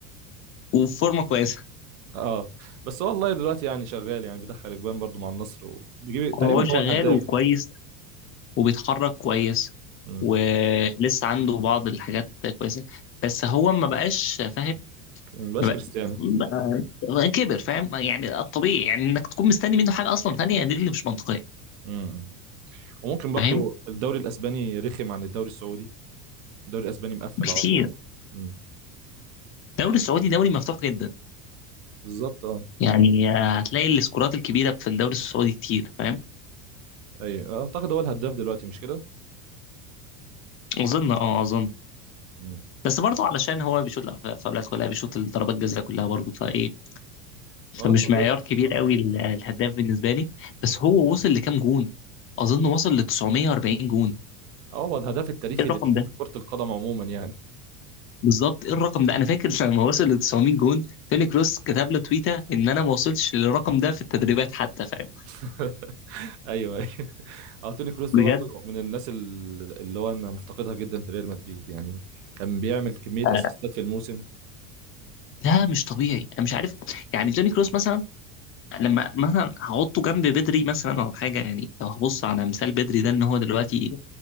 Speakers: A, on the left (about 30°); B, on the right (about 75°).
A: وفورمه كويسه
B: اه بس والله دلوقتي يعني شغال يعني بيدخل اجوان برضه مع النصر وبيجيب تقريبا
A: وهو شغال
B: هو الهداف
A: وكويس وبيتحرك كويس
B: امم
A: ولسه عنده بعض الحاجات كويسة بس هو ما بقاش فاهم
B: مبقاش
A: ما بق-
B: كريستيانو
A: بقى- بقى كبر فاهم يعني الطبيعي يعني انك تكون مستني منه حاجة اصلا تانية دي اللي مش منطقية
B: مم. وممكن برضو
A: فاهم
B: الدوري الاسباني رخم عن الدوري السعودي الدوري الاسباني مقفل
A: بكتير
B: على طول امم
A: الدوري السعودي دوري مفتوح جدا
B: بالظبط اه
A: يعني هتلاقي السكورات الكبيرة في الدوري السعودي كتير فاهم
B: اي اعتقد هو الهداف دلوقتي مش كده
A: اظن اه اظن
B: امم
A: بس برضه علشان هو بيشوط الأف- الفاولات كلها بيشوط الضربات الجزاء كلها برضه فايه
B: ما
A: فمش
B: ده الطبيعي
A: معيار كبير قوي ال- الهداف بالنسبه لي بس هو وصل لكام جون اظن وصل ل 940 جون
B: اه هو الهداف التاريخي
A: ايه الرقم
B: لكرة
A: ده
B: القدم عموما يعني
A: بالظبط ايه الرقم ده انا فاكر لما وصل ل 900 جون توني كروس كتب له تويته ان انا ما وصلتش للرقم ده في التدريبات حتى فاهم
B: <laughs> ايوه ايوه اه توني كروس ده
A: بجد
B: برضه من الناس ال- اللي هو انا مفتقدها جدا في ريال مدريد يعني كان بيعمل كمية
A: آه،
B: اسيستات في الموسم
A: ده مش طبيعي انا مش عارف يعني توني كروس مثلا لما مثلا هحطه جنب بدري مثلا او حاجه يعني لو هبص على مثال بدري ده ان هو دلوقتي